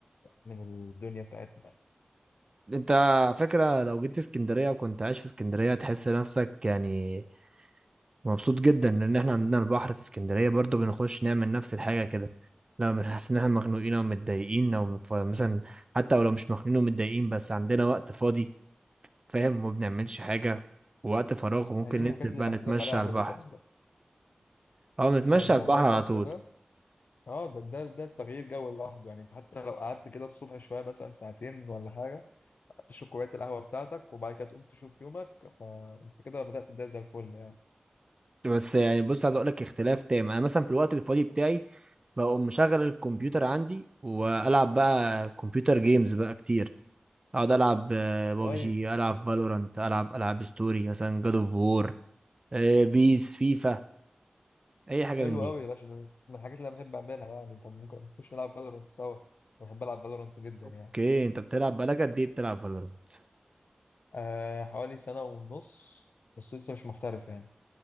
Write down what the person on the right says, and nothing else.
انت على فكرة لو جيت اسكندرية وكنت عايش في اسكندرية تحس نفسك يعني مبسوط جدا لان احنا عندنا البحر في اسكندرية برضو بنخش نعمل نفس الحاجة كده لما بنحس ان احنا مخنوقين او متضايقين او مف- مثلا حتى ولو مش مخنوقين ومتضايقين بس عندنا وقت فاضي فاهم ما بنعملش حاجة ووقت فراغ ممكن
ننزل
بقى
نتمشى
على
البحر
او نتمشى
على البحر
على طول
بس يعني بص عايز اقول لك اختلاف تام انا مثلا في الوقت الفاضي بتاعي بقوم مشغل الكمبيوتر عندي والعب بقى كمبيوتر جيمز بقى كتير اقعد العب ببجي
العب فالورانت العب العاب ستوري مثلا جاد اوف وور بيس فيفا اي حاجه
من دي
اوكي انت بتلعب بقالك قد ايه بتلعب فالورانت